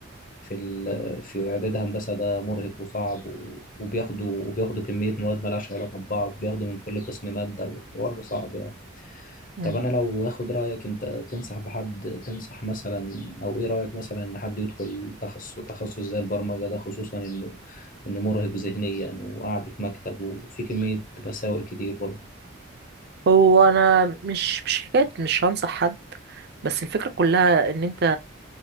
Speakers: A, on the left; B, on the right.
A: في ال... في إعداد هندسة ده مرهق وصعب و... وبياخدوا وبياخدوا كمية مواد مالهاش علاقة ببعض بياخدوا من كل قسم مادة وحوار صعب يعني
B: مم.
A: طب أنا لو آخد رأيك أنت تنصح بحد تنصح مثلا أو إيه رأيك مثلا إن حد يدخل تخصص تخصص زي البرمجة ده خصوصا إنه إنه مرهق ذهنيا وقعدة مكتب وفي كمية مساوئ كتير برضه
B: هو أنا مش مش حكاية مش هنصح حد بس الفكرة كلها إن أنت